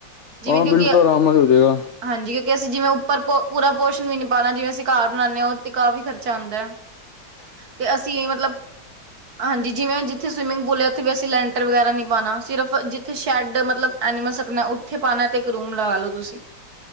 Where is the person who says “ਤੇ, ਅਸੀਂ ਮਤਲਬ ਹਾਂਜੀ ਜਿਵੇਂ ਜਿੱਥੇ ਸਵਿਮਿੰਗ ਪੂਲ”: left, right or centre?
Right